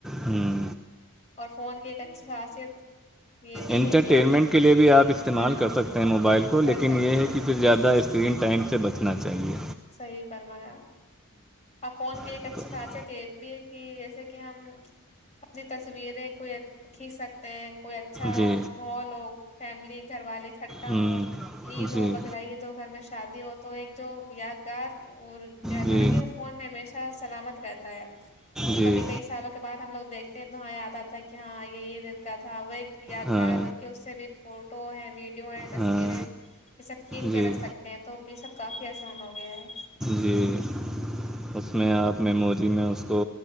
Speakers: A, in the centre; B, on the left.
A: ہوں
B: اور فون کی ایک اچھی خاصیت یہ بھی
A: انٹرٹینمنٹ
B: ہے کہ ہم
A: کے لئے بھی
B: جی
A: آپ استعمال
B: ہاں
A: کر سکتے ہیں موبائل کو
B: کر
A: لیکن
B: سکتے
A: یہ ہے
B: ہیں
A: کہ پھر زیادہ اس اسکرین ٹائم سے بچنا چاہیے
B: صحیح فرمایا ا فون کی ایک
A: ہوں
B: اچھی خاصیت یہ بھی ہے کہ جیسے کہ ہم اپنی تصویریں کو کھینچ سکتے ہیں کوئی اچھا
A: جی
B: محول ہو فیملی گھر والے اکٹھا
A: ہوں
B: ہو عید ہو
A: جی
B: بقرا عید ہو گھر میں شادی ہو تو ایک جو یاد گار اور رہتا
A: جی
B: ہے نا کہ وہ فون میں ہمیشہ سلامت رہتا ہے تو
A: جی
B: کبھی کئی سالوں کے بعد ہم لوگ دیکھتے ہیں تو ہاں یاد آتا ہے کہ ہاں یہ دن کا تھا وہ ایک یادگار
A: ہاں
B: کی اس سے بھی فوٹو ہے ویڈیو ہے تصویریں
A: ہاں
B: یہ سب کھینچ کے
A: جی
B: رکھ سکتے ہیں تو یہ سب کافی آسان ہو گیا ہے
A: جی اس میں آپ میموری میں اس کو